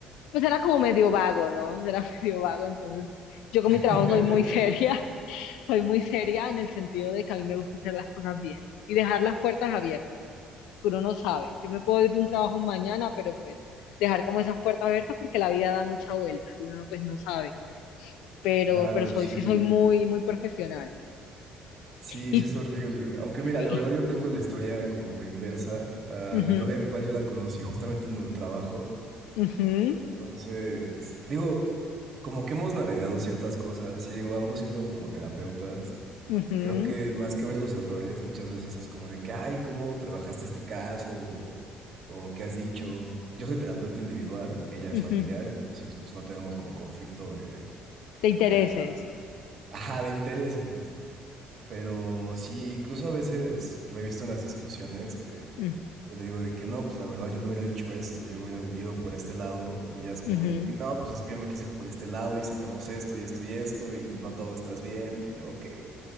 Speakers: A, on the left (about 80°); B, on the right (about 55°).
A: pues era como medio vago, ¿no? Era <laughs> medio vago, entonces yo con mi
B: <laughs>
A: trabajo soy muy seria, <laughs> soy muy seria en el sentido de que a mí me gusta hacer las cosas bien y dejar las puertas abiertas. uno no sabe. Yo me puedo ir de un trabajo mañana, pero pues dejar como esas puertas abiertas porque la vida da mucha vuelta y uno pues no sabe. Pero,
B: Claro,
A: pero soy,
B: sí.
A: sí soy muy, muy profesional.
B: Sí,
A: Y,
B: sí es horrible. Aunque mira,
A: y-
B: la verdad yo tengo la historia como inversa. A
A: ujú,
B: mi novia actual yo la conocí justamente en el trabajo.
A: ujú,
B: Entonces, digo, como que hemos navegado ciertas cosas y digo, ambos siendo como terapeutas,
A: ujú,
B: creo que más que ver los errores, muchas veces es como de que, ay, ¿cómo trabajaste este caso? O, o ¿qué has dicho? Yo soy terapeuta individual, ella es
A: ujú.
B: familiar, entonces pues no tenemos como conflicto de,
A: Te intereses.
B: de, ajá, de intereses. Pero sí, incluso a veces lo he visto en las discusiones que
A: Mm,
B: yo le digo de que no, pues la verdad yo le hubiera dicho esto, yo me hubiera ido por este lado y ella es como
A: ujú.
B: de que no, pues es que yo me quise ir por este lado y sacamos esto y esto y esto y no todo estás bien. Y yo, ok.